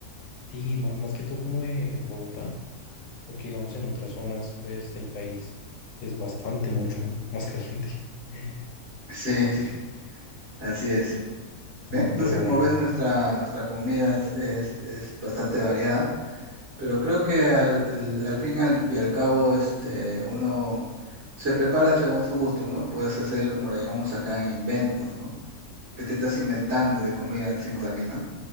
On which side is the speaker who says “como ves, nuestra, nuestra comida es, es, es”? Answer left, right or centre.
Right